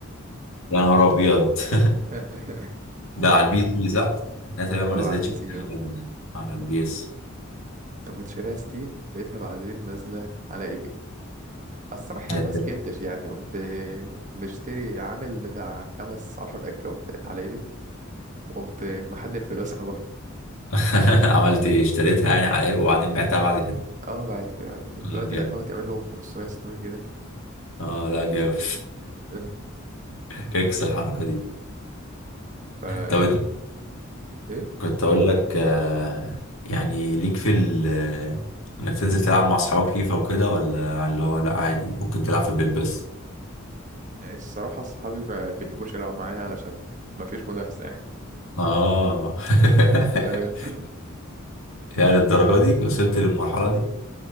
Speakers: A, on the left (about 80°); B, on the right (about 40°).
A: يا نهار ابيض <laughs>
B: <laughs>
A: ده على البي سي صح؟ لا تقريبا ما
B: اه
A: نزلتش
B: على البي
A: كتير
B: سي اه
A: على على البي
B: مم.
A: اس
B: أنا كنت شاريها ستيم لقيتها بعدين نازلة على ايبك الصراحة يعني
A: يا سلام.
B: ما سكتش يعني قمت مشتري عامل بتاع خمس عشر أكونتات على ايبك وقمت محلل فلوسها برضه
A: <laughs> عملت ايه اشتريتها يعني على ايه وبعدين بعتها بعد كده
B: اه بعت يعني دلوقتي
A: لا، جامد
B: الأكونت يعمل له 560 جنيه
A: اه لا جامد
B: <laughs>
A: <laughs> اكس الحركة دي
B: ف
A: طب انت
B: ايه
A: كنت اقول لك آه، يعني ليك في ال آه، انك تنزل تلعب مع اصحابك فيفا وكده ولا اللي هو لا عادي ممكن تلعب في البيت بس
B: يعني الصراحه اصحابي ما بيحبوش يلعبوا معايا علشان ما فيش منافسه يعني
A: اه <laughs>
B: فاهم انت
A: يعني للدرجه دي وصلت للمرحله دي